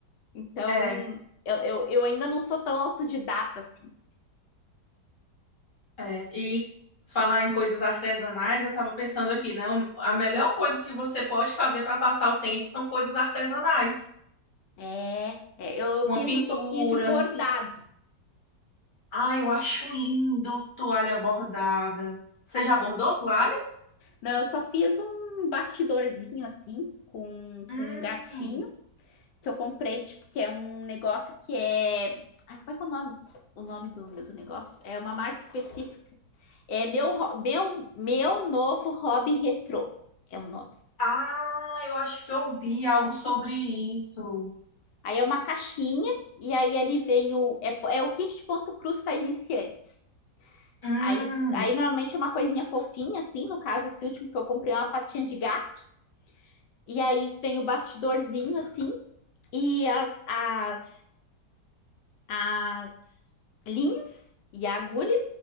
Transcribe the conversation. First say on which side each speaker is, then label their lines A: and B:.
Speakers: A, on the left; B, on the left.
A: Então,
B: É.
A: eu, eu, eu ainda não sou tão autodidata assim.
B: É, e falar em coisas artesanais, eu estava pensando aqui, né? o- A melhor coisa que você pode fazer para passar o tempo são coisas artesanais.
A: É, é, eu
B: Uma
A: fiz
B: pintura.
A: um pouquinho de bordado.
B: Ai, eu acho lindo toalha bordada. Você já bordou toalha?
A: Não, eu só fiz um bastidorzinho assim, com,
B: Hum.
A: com um gatinho, que eu comprei, tipo, que é um negócio que é. Ai, como é que é o nome? O nome do, do negócio? É uma marca específica. É meu, ho- meu, meu novo hobby retrô. É o nome,
B: Ah, eu acho que eu vi algo
A: tá,
B: sobre
A: viu?
B: isso.
A: Aí é uma caixinha, e aí ali vem o. É, é o kit de ponto cruz para iniciantes.
B: Hum.
A: Aí, aí normalmente é uma coisinha fofinha, assim. No caso, esse último que eu comprei é uma patinha de gato. E aí vem o bastidorzinho, assim, e as, as, as linhas e a agulha.